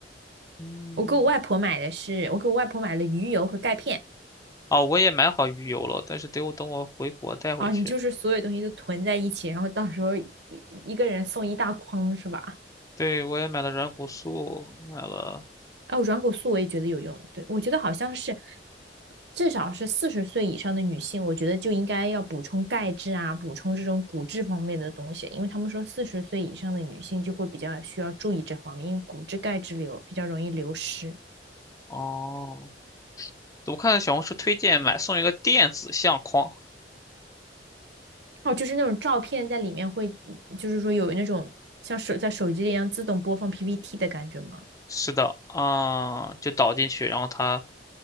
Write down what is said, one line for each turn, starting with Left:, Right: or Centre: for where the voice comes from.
Left: 嗯，
Right: 我给我外婆买的是，我给我外婆买了鱼油和钙片。
Left: 哦，我也买好鱼油了，但是得我等我回国带回去。
Right: 啊，你就是所有东西都囤在一起，然后到时候一一个人送一大筐是吧？
Left: 对，我也买了软骨素，买了。
Right: 哦，软骨素我也觉得有用。对，我觉得好像是至少是四十岁以上的女性，我觉得就应该要补充钙质啊，补充这种骨质方面的东西，因为他们说四十岁以上的女性就会比较需要注意这方面，因为骨质钙质流比较容易流失。
Left: 哦，我看小红书推荐买送一个电子相框。
Right: 哦，就是那种照片在里面会，就是说有那种像手在手机一样自动播放 PPT 的感觉吗？
Left: 是的，嗯，就导进去，然后它